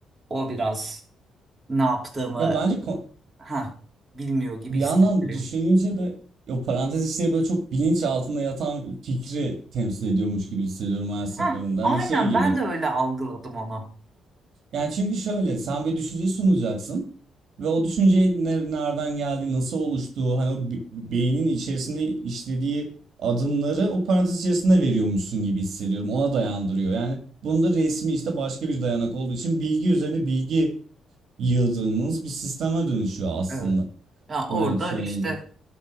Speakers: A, on the right; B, on the right.
A: o biraz ne yaptığımı
B: Ya bence ko-
A: ha bilmiyor gibi
B: bir
A: hissettiriyor.
B: yandan düşününce de o parantez işleri böyle çok bilinç altında yatan fikri temsil ediyormuş gibi hissediyorum her seferinde.
A: Ha
B: Hani
A: aynen
B: şey gibi.
A: ben de öyle algıladım onu.
B: Yani çünkü şöyle sen bir düşünce sunacaksın ve o düşüncenin ne- nereden geldiği, nasıl oluştuğu, hani o bi- beynin içerisinde işlediği adımları o parantez içerisinde veriyormuşsun gibi hissediyorum. Ona dayandırıyor. Yani bunda resmi işte başka bir dayanak olduğu için bilgi üzerine bilgi yığdığımız bir sisteme dönüşüyor aslında.
A: Evet. Ya orada
B: Böyle söyleyince.
A: işte